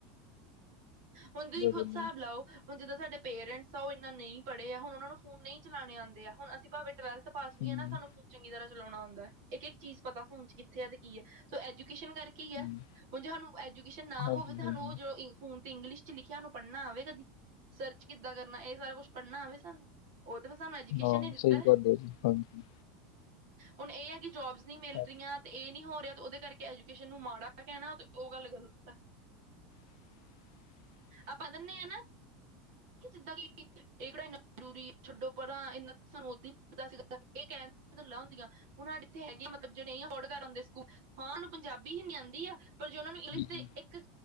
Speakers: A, on the right; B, on the left.
A: ਹੁਣ ਤੁਸੀਂ
B: ਹ
A: ਖੁਦ ਹਿਸਾਬ ਲਓ ਹੁਣ ਜਿੱਦਾਂ ਸਾਡੇ ਪੇਰੈਂਟਸ ਆ, ਉਹ ਇੰਨਾ ਨਹੀਂ ਪੜ੍ਹੇ ਆ ਹੁਣ ਉਹਨਾਂ ਨੂੰ ਫੋਨ ਨਹੀਂ ਚਲਾਣੇ ਆਦੇ ਆ ਹੁਣ ਅਸੀਂ ਭਾਵੇਂ ਟਵਥ ਪਾਸ ਵੀ
B: ਹੂੰ
A: ਹੈ, ਨਾ ਸਾਨੂੰ ਫੋਨ ਚੰਗੀ ਤਰ੍ਹਾਂ ਚਲਾਉਣਾ ਆਉਂਦਾ। ਇੱਕ ਇੱਕ ਚੀਜ਼ ਪਤਾ ਫੋਨ ਚ ਕਿੱਥੇ ਤੇ ਕੀ ਹੈ। ਐਜ਼ੂਕੇਸ਼ਨਲ ਕਰਕੇ ਹੀ ਆ
B: ਹੂੰ
A: ਹੁਣ ਜੇ ਸਾਨੂੰ ਐਜੂਕੇਸ਼ਨ ਨਾ
B: ਹਾਂਜੀ
A: ਹੋਵੇਾਨੂੰ
B: ਹਾਂਜੀ
A: ਉਹ ਫੋਨ ਤੇ ਇੰਗਿਸ਼ ਚ ਲਿਖਿਆ ਪੜ੍ਹਨਾ ਆਵੇ ਕਦੀ, ਸਰਚ ਕਿੱਦਾਂ ਕਰਨਾ, ਇਹ ਸਾਰਾ ਕੁੱਛ ਪੜ੍ਹਨਾ ਆਵੇ ਸਾਨੂੰ। ਉਹ ਤਾਂ ਫਿਰ ਸਾਨੂੰ ਐਜੂਕੇਸ਼ਨ
B: ਹਾਂ
A: ਨੇ ਦਿੱਤਾ
B: ਸਹੀ ਗੱਲ ਹੈ, ਜੀ ਹਾਂਜੀ।
A: ਹੁਣ ਇਹ ਹੈ ਕਿ ਜੋਬਸ ਨਹੀਂ ਮਿਲਦੀਆਂ
B: ਹਾਂ
A: ਤੇ ਇਹ ਨੀ ਹੋ ਰਿਹਾ, ਤੇ ਉਹਦੇ ਕਰਕੇ ਐਜੂਕੇਸ਼ਨ ਨੂੰ ਮਾੜਾ ਕਹਿਣਾ ਤੇ ਉਹ ਗੱਲ ਗ਼ਲਤ ਹੈ।
B: <unintelligible>
A: ਆਪਾਂ ਦੇਣੇ ਆ ਨਾ ਜਿੱਦਾਂ ਕਿ ਇਹ ਕਿਹੜਾ ਇਨਾ ਜ਼ਰੂਰੀ ਹੈ। ਛੱਡੋ ਪਰਾ ਇੰਨਾ ਸਾਨੂੰ ਓਦਾਂ ਹੀ ਪਤਾ ਸੀ। ਗੱਲਾਂ ਹੁੰਦੀਆਂ ਹੁਣ ਸਾਡ ਇੱਥੇ ਹੈਗੀਆਂ ਮਤਲਬ ਜਿੜੇ ਨਹੀਂ ਅਫੋਰਡ ਕਰਦੇ ਸਕੂਲ ਹਾਂ, ਉਹਨੂੰ ਪੰਜਾਬੀ ਹਿੰਦੀ ਆਉਂਦੀ ਆ ਪਰ ਜੇ ਉਹਨਾਂ ਨੂੰ ਇੰਗਲਿਸ਼
B: ਜੀ
A: ਦੇ
B: ਜੀ
A: ਇੱਕ